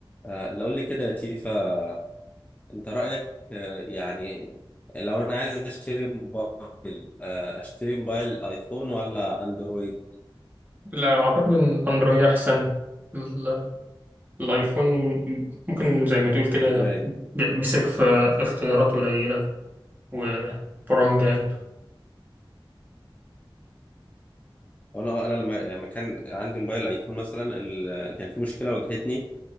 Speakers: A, on the left; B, on the right.
A: آه، لو قول لي كده يا تيفا انت رأيك آه، يعني لو انا عايز اشتري موبايل آه، اشتري موبايل ايفون ولا اندرويد
B: لا أعتقد إن الأندرويد أحسن ال- الآيفون ممكن زي ما تقول كده
A: ازاي
B: بيحبسك في اختيارات قليلة وبرامج أقل
A: وانا انا لما يعني لما كان عندي موبايل ايفون مثلا ال- كان في مشكلة واجهتني